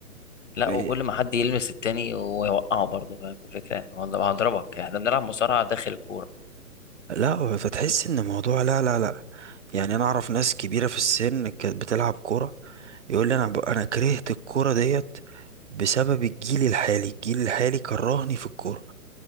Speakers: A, on the left (about 55°); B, on the right (about 55°).
A: لا
B: إيه،
A: وكل ما حد يلمس التاني ويوقعه برضه فاهم الفكره يعني؟ والله هضربك احنا بنلعب مصارعه داخل الكوره
B: لا فتحس ان الموضوع لا لا لا يعني انا اعرف ناس كبيرة في السن كانت بتلعب كرة يقول لي انا ب... انا كرهت الكرة ديت بسبب الجيل الحالي الجيل الحالي كرهني في الكورة